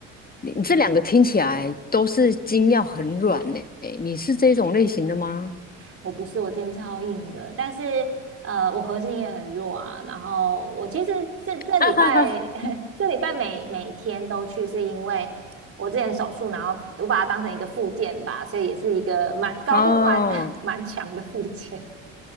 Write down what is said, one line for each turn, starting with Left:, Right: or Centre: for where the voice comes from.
Left: 你你这两个听起来都是筋要很软呢，你是这种类型的吗？
Right: 我不是，我筋超硬的，但是呃，我核心也很弱啊。然后我其实这这礼拜
Left: <laughs>
Right: <laughs> 这礼拜每每天都去，是因为我之前手术，然后我把它当成一个附件吧，所以也是一个蛮高度蛮
Left: 哦，
Right: <laughs> 蛮强的附件。